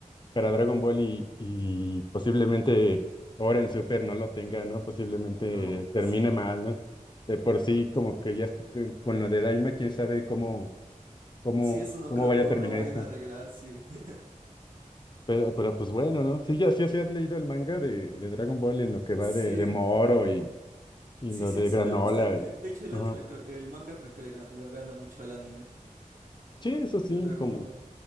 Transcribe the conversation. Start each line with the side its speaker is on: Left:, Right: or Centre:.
Left: para Dragon Ball y, y posiblemente ahora en Super no lo tenga, ¿no? Posiblemente
Right: No,
Left: termine
Right: sí.
Left: mal, ¿no? De por sí, como que ya estoy que- con lo de Daima, quién sabe cómo, cómo,
Right: Sí, eso no
Left: cómo
Right: creo
Left: vaya
Right: cómo
Left: a terminar
Right: lo vayan
Left: esto.
Right: a arreglar, sí. <laughs>
Left: Pero, pero pues bueno, ¿no? Sí, ya sí, sí has leído el manga de, de Dragon Ball en lo que va
Right: Sí.
Left: de, de Moro Y lo
Right: Sí, sí,
Left: de
Right: sí
Left: granola.
Right: me gusta. el-
Left: y-
Right: De hecho, el
Left: Ajá.
Right: anime, creo- el manga creo que le gana, le gana mucho al anime,
Left: Sí, eso sí,
Right: el de Dragon
Left: como,
Right: Ball.